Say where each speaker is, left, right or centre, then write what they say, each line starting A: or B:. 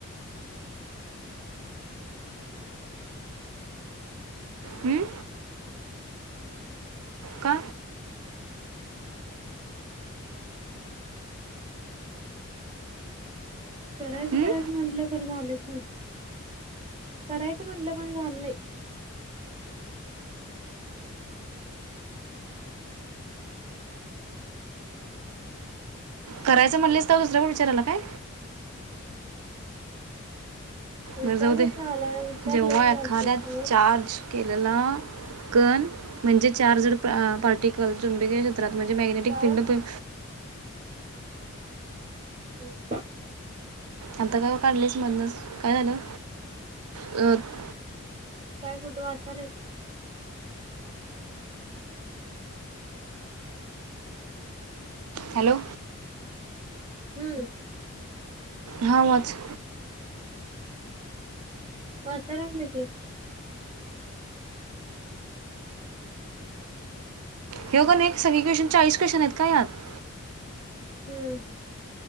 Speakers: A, on the right (about 30°); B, on the right (about 85°).
A: <unintelligible>
B: हं? का
A: करायच
B: हं?
A: करायच म्हटलं खर झालच नाही करायच म्हटलं पण झाल नाई
B: करायच म्हणलीस तव दुसर कोण विचारालय काय?
A: विचार
B: बरं जाऊ दे
A: कसला आलाय विचार
B: जेव्हा
A: लय
B: एखाद्या
A: आलतेच <unintelligible>
B: चार्ज केलेला कण म्हणजे चार जड
A: काय
B: पार्टिकल चुंब <unintelligible> <unintelligible> म्हणजे मॅग्नेटिक फिंड
A: ओ
B: पण
A: हम्म
B: आता का काढलयस मदनच काय झालं अ --
A: काय कुठं वाचालाइस
B: हॅलो
A: हम्म
B: हा वाच
A: वाचाय <unintelligible> की
B: ह्यो कनी एक सगळी क्वेशन चाळीस क्वेशन आहेत का यात
A: हंम्म